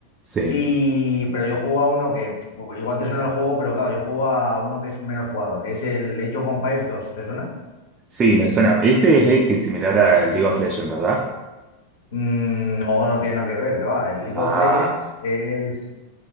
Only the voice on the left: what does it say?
y... pero yo juego a uno que bu- igual te suena el juego, pero claro, yo juego a uno que es menos jugado. Es el Age of Empires 2, ¿te suena?
Mm, no, no tiene nada que ver, que va. El League
of Legends es,